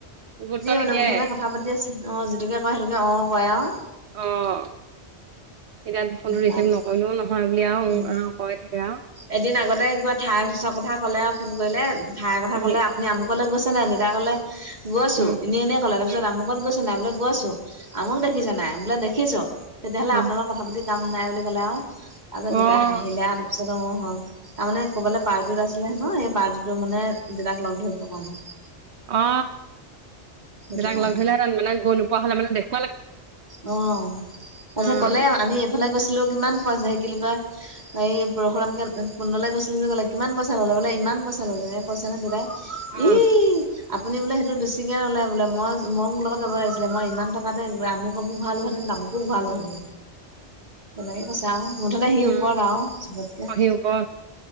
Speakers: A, on the right; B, on the right.
A: গুৰুত্ব
B: মানে
A: নিদিয়ে
B: মুঠতে কথা পাতি আছে অ যিটোকে কয় সেইটোকে অ কয় আৰু
A: অ', এতিয়া ফোন টো ৰিচিভ
B: তাৰপিছত
A: নকৰিলেও নহয় বুলি আৰু উ
B: উম
A: আঁ কৈ থাকে আৰু
B: এদিন আগতে কিবা ঠাইৰ অফিচৰ কথা কলে আৰু ফোন কৰিলে ঠাইৰ কথা
A: উম
B: কলে আপুনি আমুক কলে গৈছে নাই দেউতা কলে গৈছো
A: উম
B: এনেই এনেই কলে তাপিছত
A: উম
B: আমুকত গৈছে নাই বোলে গৈ আছো আমুক দেখিছা নাই বোলে দেখিছো তেতিয়াহলে
A: উম
B: আপোনালত
A: অ',
B: কথা পাতি কাম নাই বুলি ক'লে আৰু তাৰপিছত
A: অ',
B: দেতাই হাঁহিলে
A: অ',
B: আৰু তাৰপিছত অ হয় তাৰমানে কবালৈ পাৰ্টিত আছিলে হেনো সেই পাৰ্টি টো মানে দেউতাক লগ ধৰিবৰ কাৰণে
A: অ
B: সেইটো
A: দেতাক
B: কাৰণে
A: লগ ধৰিলেহেঁ মানে গৈ নোপোৱা হলে মানে দেখ <unintelligible>
B: অ তাৰপিছত
A: উম
B: ক'লে আমি এইফালে গৈছিলো কিমান পোৱা যায় সে কি কোৱা এই পৰশুৰাম কে কোণলৈ গৈছিলো বুলি ক'লে কিমান পইচা ললে বোলে ইমান পইচা ললে কৈছে নে দিতাই
A: উম
B: এ আপুনি বোলে স বেছিকে ল'লে বোলে মই মই মোৰ লগত যাব লাগিছিলে মই ইমান টকাতে ম কাপো <unintelligible> ভালোহেতেন তামুক ভাল হেতেন তেনেকে কৈছো আৰু মুঠতে আহি
A: উম
B: ওপৰত আৰু চবতকে
A: আহি হব